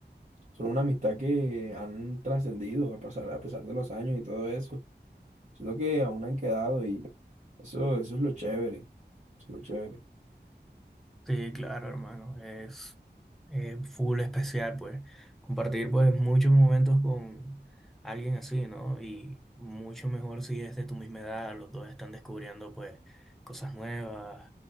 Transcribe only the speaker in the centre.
Sí, claro, hermano, es eh, full especial, pues, compartir, pues, muchos momentos con alguien así, ¿no? Y mucho mejor si es de tu misma edad, los dos están descubriendo, pues, cosas nuevas